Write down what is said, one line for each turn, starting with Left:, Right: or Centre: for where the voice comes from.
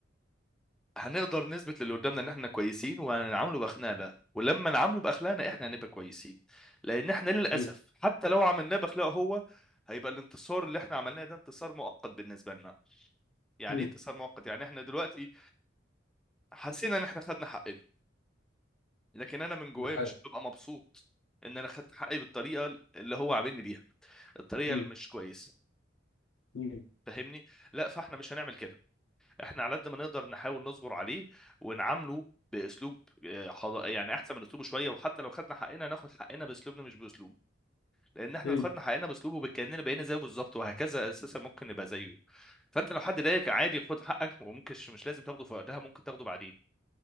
Centre: هنقدر نثبت للي قدامنا ان احنا كويسين وهنعامله باخلاقنا ولما نعامله باخلاقنا احنا هنبقى كويسين لان احنا للاسف
Left: مم.
Centre: حتى لو عملناه باخلاقه هو هيبقى الانتصار اللي احنا عملناه ده انتصار مؤقت بالنسبه لنا يعني
Left: مم.
Centre: ايه انتصار مؤقت يعني احنا دلوقتي حسينا ان احنا خدنا حقنا لكن انا من جوايا
Left: ده حقيقي
Centre: مش ببقى مبسوط ان انا خدت حقي بالطريقه اللي هو عاملني بيها الطريقه
Left: مم.
Centre: اللي مش كويسه
Left: مم.
Centre: فاهمني لا فاحنا مش هنعمل كده احنا على قد ما نقدر نحاول نصبر عليه ونعامله باسلوب آه، حض- يعني احسن من اسلوبه شويه وحتى لو خدنا حقنا ناخد حقنا باسلوبنا مش باسلوبه لان احنا
Left: مم.
Centre: لو خدنا حقنا باسلوبه بكاننا بقينا زيه بالظبط وهكذا اساسا ممكن نبقى زيه فانت لو حد ضايقك عادي خد حقك وممكن مش لازم تاخده في وقتها ممكن تاخده بعدين